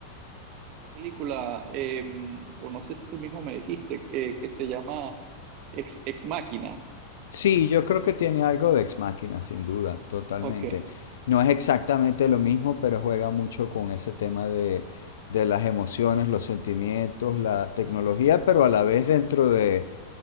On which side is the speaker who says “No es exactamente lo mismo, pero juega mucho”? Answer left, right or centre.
Left